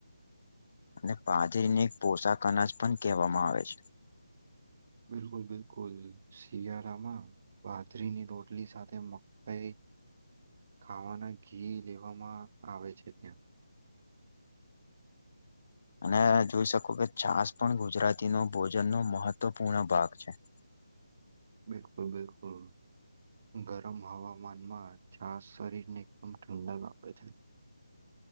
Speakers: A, on the left (about 45°); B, on the right (about 40°).
A: અને બાજરીને એક પોશાક અનાજ પણ કહેવામાં આવે છે
B: બિલકુલ બિલકુલ શિયાળામાં બાજરીની રોટલી સાથે મકાઈ
A: <inaudible>
B: ખાવાના ઘી લેવામાં આવે છે ત્યાં
A: અને જોઈ શકો કે છાસ પણ ગુજરાતીનો ભોજનનો મહત્વપૂર્ણ ભાગ છે <inaudible>
B: બિલકુલ બિલકુલ ગરમ હવામાનમાં છાસ શરીરને એકદમ ઠંડાક આપે છે